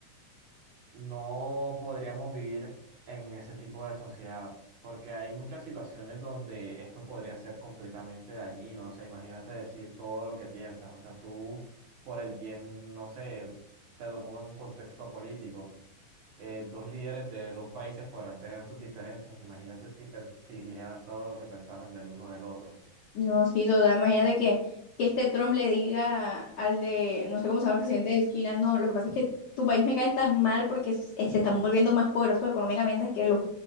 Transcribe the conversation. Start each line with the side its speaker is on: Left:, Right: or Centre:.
Right: no podríamos vivir en ese tipo de sociedad, porque hay muchas situaciones donde esto podría ser completamente dañino. O sea, imagínate decir todo lo que piensas. O sea, tú, por el bien, no sé, te lo pongo en un contexto político. eh, dos líderes de dos países podrán tener sus diferencias. Imagínate si, pens- si dijeran todo lo que pensaran del uno del otro.
Left: No, sí, total. Imagínate que, que este Trump le diga al de, no sé cómo se llama el presidente de China, no, lo que pasa es que tu país me cae tan mal porque s- eh, se están volviendo más poderosos económicamente que los,